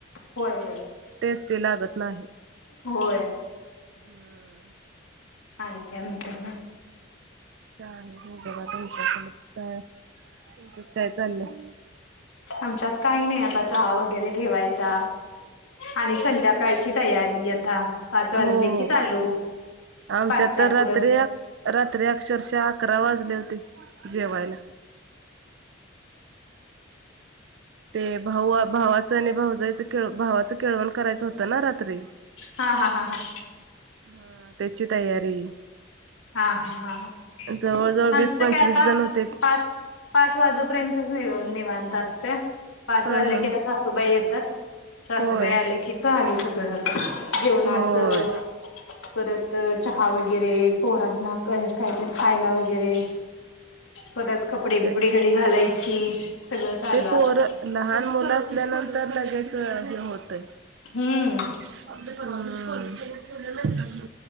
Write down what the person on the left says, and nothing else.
होय होय
होय
का काय म्हत
आमच्यात काही नाही आता चहा वगैरे ठेवायचा आणि संध्या कायची तयारी आता पाच वाजले
की
चालू
पाचच्या
पुढं
हा हा हा हा
हा हा हा ह
आमचं
काय आता
पाच पाच वाजूपर्यंतच नि निवांत असते पाच
वाजले
कीथ सासूबाई येतात सासूबाई
आले की चालू सगळं जेवणाचं
परत चहा वगैरे पोरांना काहीत खायला वगैरे परत कपडे बिपडे
डी घालायची सगळं चालू
आता
हम्म